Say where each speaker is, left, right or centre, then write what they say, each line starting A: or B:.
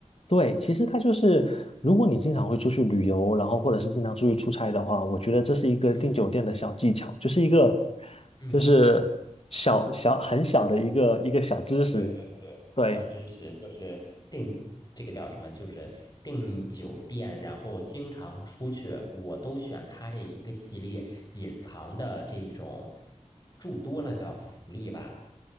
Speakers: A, on the left; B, on the left.
A: 对，其实它就是，如果你经常会出去旅游，然后或者是经常出去出差的话，我觉得这是一个订酒店的小技巧，
B: 嗯
A: 就是一个，
B: 嗯，
A: 就是小小很小的一个一个小知识。
B: 对对对，
A: 对，
B: 小知识就是订这个叫什么？就是订酒店，然后经常出去，我都选它这一个系列隐藏的这种住多了的福利吧。